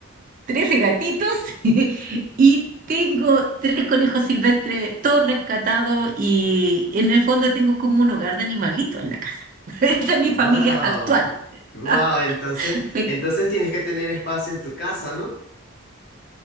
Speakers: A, on the right; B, on the left.
A: 13 gatitos <laughs> y tengo tres conejos silvestres, todos rescatados y en el fondo tengo como un hogar de animalitos en la casa. <laughs> Esa es mi
B: Wow.
A: familia actual.
B: Wow,
A: <laughs>
B: entonces,
A: Me-
B: entonces tienes que tener espacio en tu casa, ¿no?